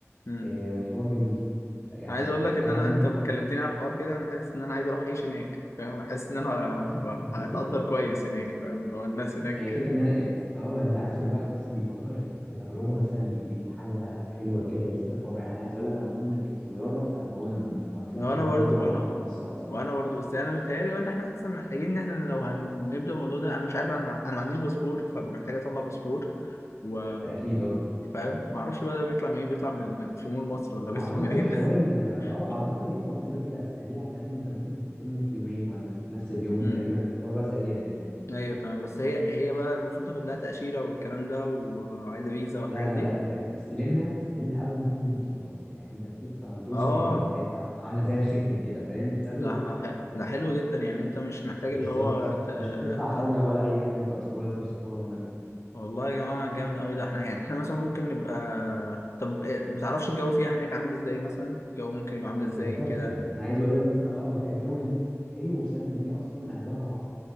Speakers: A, on the left; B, on the left.
A: امم
B: آه، الحوار جميل يعني
A: عايز اقول لك
B: انا
A: ان انا
B: وانت
A: انت ما كلمتني على الحوار كده انا حاسس ان انا عايز اروح اعيش هناك فاهم حاسس ان انا ه-
B: <laughs>
A: ه- هتقدر كويس هناك فاهم اللي هو الناس هناك
B: هي الفكرة ان انا إيه، اه انت عارف ان الواحد اصلا بيفكر في تجربة مثلا جديدة حاجة حلوة كده يسافر بره يعني انا عايز اقول لك انا عمري ما ركبت طيارة فاللي هو انا ما ما طلعتش
A: وانا
B: بره
A: برضه وانا
B: مصر اصلا
A: وانا برضه بس انا متهيألي وقت احنا احسن محتاجين ان احنا لو هنبدأ الموضوع ده انا مش عارف انا مع... انا ما عنديش باسبور فبقى محتاج اطلع باسبور و
B: ده اكيد اه
A: فاهم ما اعرفش بقى ده بيطلع منين بيطلع من في مول مصر ولا بيطلع
B: اعتقد
A: منين
B: حوار ال اه
A: <laughs>
B: اعتقد الحوار دلوقتي بقى سريع فاهم انت ممكن تستلمه في يومين ولا في نفس اليوم
A: امم
B: تقريبا الحوار بقى سريع يعني
A: ايوه تمام بس هي هي بقى المفروض تاخد لها تأشيرة والكلام ده وعايزة فيزا والحاجات
B: لا لا
A: دي
B: لا انت بتستلمها بتستلمها اول ما تنزل من الطيارة يعني انت بتدفع وتوصل
A: اه
B: هناك ب- عاملة زي الختم كده فاهم بتاخده
A: ده
B: وتخش
A: ح...
B: على طول
A: ده حلو جدا يعني انت مش محتاج
B: بالظبط
A: اللي هو ت...
B: مش هتدفع حاجه
A: ت...
B: ولا اي حاجه اصلا ولا تروح سفاره ولا كده
A: والله يا جماعة جامد أوي ده احنا يعني احنا مثلا ممكن نبقى طب إيه، متعرفش الجو فيها هناك عامل ازاي مثلا الجو ممكن يبقى عامل ازاي
B: هي تحفه
A: كده
B: انا عايز اقول لك مثلا اه لا الجو هناك حلو بسبب ان هي اصلا اغلبها بحر